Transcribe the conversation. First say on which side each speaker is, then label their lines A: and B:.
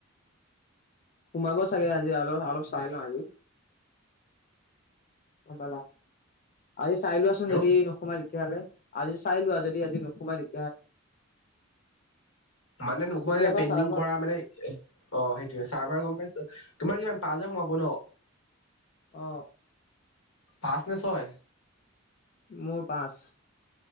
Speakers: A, on the left; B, on the left.
A: সোমাব চাগে আজি, আলপ অলপ চাই লও আজি। গম পালা। আজি চাই লোৱাচোন
B: হেল্ল'
A: যদি নোসোমাই তেতিয়াহ'লে, আজি চাই লোৱা যদি আজি নোসোমাই তেতিয়া
B: মানে নোসোমা,
A: কেতিয়াবা
B: পেনণ্ডিং
A: চাৰ্ভাৰ
B: কৰা মানে অ, সেইটোয়ে চাৰ্ভাৰ গম পাইছো, তোমাৰ কিমান পাচঁহে হাজাৰ সোমাব ন,
A: অ,
B: পাঁচ নে, ছয়?
A: মোৰ, পাঁচ।